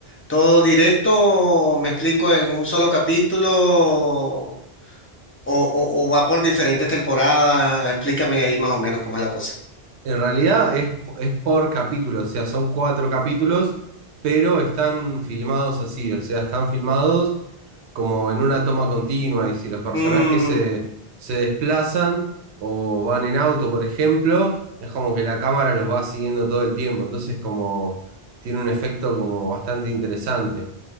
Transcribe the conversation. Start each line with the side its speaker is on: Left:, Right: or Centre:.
Left: Todo directo, me explico, en un solo capítulo o, o- o va por diferentes temporadas. Explícame ahí más o menos cómo es la cosa.
Right: En realidad es, es por capítulo, o sea, son cuatro capítulos, pero están filmados así, o sea, están filmados como en una toma continua y si los personajes
Left: Mm,
Right: se, se desplazan o van en auto, por ejemplo, es como que la cámara los va siguiendo todo el tiempo, entonces como tiene un efecto como bastante interesante.